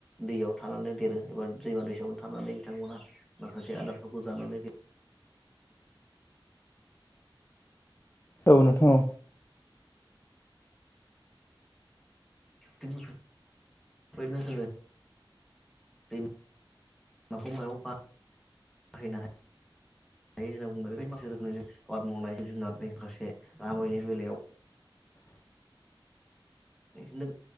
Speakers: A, in the centre; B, on the left.
A: दैयाव थानानै देरो एबा दैमा दैसायावनो थानानै बिथांमोना माखासे आदारफोरखौ जानानै देरो
B: औ नोंथां औ
A: बेबायदिनो जोंओ दै-माखौ बाहायनो हायो। दै होनना बुंब्ला है माखासेआबाद मावनाय जिब जुनारनि माखासे नामैनि बेलायाव
B: <inaudible>
A: बे <unintelligible>